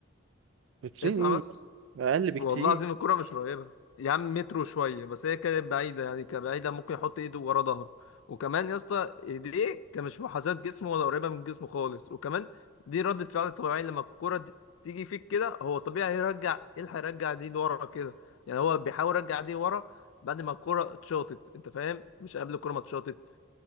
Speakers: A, on the right; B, on the left.
A: ترين
B: اسمع
A: ايه
B: بس
A: اقل بكتير
B: والله العظيم الكرة مش قريبة يا عم مترو شوية بس هي كانت بعيدة يعني كبعيدة ممكن يحط ايده ورا ظهره وكمان يا اسطى ايديه كان مش محاذاة جسمه ولا قريبة من جسمه خالص وكمان دي ردة فعل طبيعية لما الكرة دي تيجي فيك كده هو طبيعي هيرجع ايه اللي هيرجع دي لورا كده يعني هو بيحاول يرجع دي ورا بعد ما الكرة اتشاطت انت فاهم مش قبل الكرة ما اتشاطت